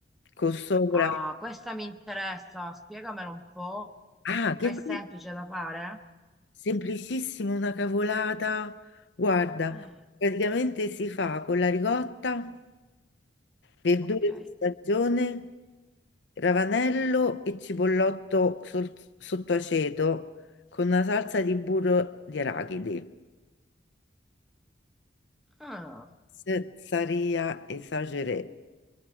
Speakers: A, on the left; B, in the centre.
A: con sopra...
B: Ah, questa mi interessa, spiegamelo un po'.
A: Ah, che
B: Ma è
A: te-
B: semplice da fare?
A: semplicissima, una cavolata. Guarda,
B: Ah,
A: praticamente si fa con la ricotta. Verdure
B: ok.
A: di stagione, ravanello e cipollotto sol- sotto aceto con una salsa di burro di arachidi.
B: Ah.
A: Cezzaria esageré.